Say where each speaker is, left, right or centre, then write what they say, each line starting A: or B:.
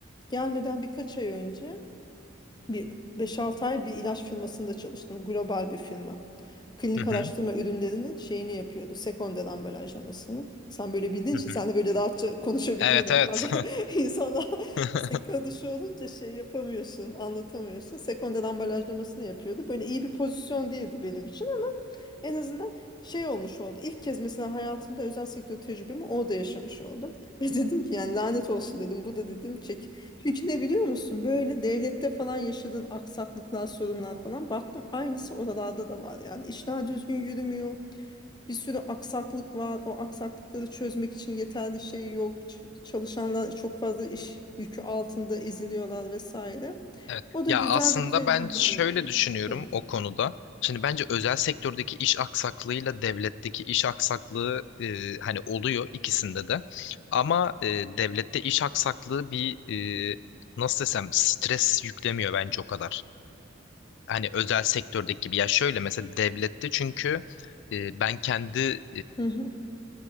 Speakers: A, on the left (about 20°); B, on the left (about 60°).
A: gelmeden birkaç ay önce bir beş altı ay bir ilaç firmasında çalıştım. Global bir firma. Klinik
B: Hı hı.
A: araştırma ürünlerinin şeyini yapıyordu. Sekonder ambalajlamasını. Sen böyle bildiğin
B: Hı
A: için
B: hı.
A: sen de böyle rahatça konuşabiliyordun.
B: Evet evet.
A: Bazen <laughs> insana
B: <laughs>
A: sektör dışı olunca şey yapamıyorsun, anlatamıyorsun. Sekonder ambalajlamasını yapıyordu. Böyle iyi bir pozisyon değildi benim için. En azından şey olmuş oldu. İlk kez mesela hayatımda özel sektör tecrübemi orada yaşamış oldum. <laughs> Ve dedim ki yani lanet olsun dedim. Bu da dedim çek. Çünkü ne biliyor musun? Böyle devlette falan yaşadığın aksaklıklar, sorunlar falan. Baktım aynısı oralarda da var yani. İşler düzgün yürümüyor. Bir sürü aksaklık var. O aksaklıkları çözmek için yeterli şey yok. Ç- Çalışanlar çok fazla iş yükü altında eziliyorlar vesaire.
B: Evet.
A: O da
B: Ya
A: güzel
B: aslında
A: bir tecrübe
B: ben şöyle
A: oldu.
B: düşünüyorum
A: Hı.
B: o konuda. Şimdi bence özel sektördeki iş aksaklığıyla devletteki iş aksaklığı e, hani oluyor ikisinde de. Ama e, devlette iş aksaklığı bir e, nasıl desem stres yüklemiyor bence o kadar. Hani özel sektördeki gibi. Ya şöyle mesela devlette çünkü e, ben kendi
A: Hı hı.